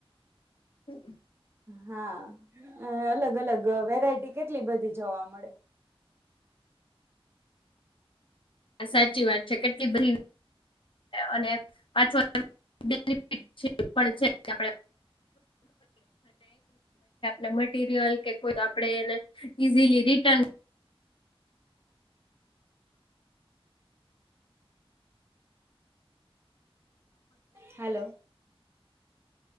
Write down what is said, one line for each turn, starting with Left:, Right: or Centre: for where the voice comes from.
Left: ફોનમાં
Right: હા અલગ અલગ વેરાયટી કેટલી બધી જોવા મળે
Left: સાચી વાત છે કેટલી બધી અને પાછ બેનિટ છે પણ છે આપ આપ, મટીરિયલ કે કોઈ, આપણેે એને ઈઝીલી રિટર્ન
Right: હલો